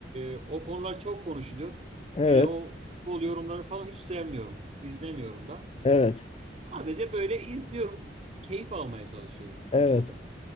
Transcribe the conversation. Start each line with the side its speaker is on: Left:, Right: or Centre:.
Right: e, o konular çok konuşuluyor.
Left: Evet,
Right: Hele o futbol yorumları falan hiç sevmiyorum, izlemiyorum da.
Left: evet,
Right: Sadece böyle izliyorum, keyif almaya çalışıyorum
Left: evet.
Right: futboldan.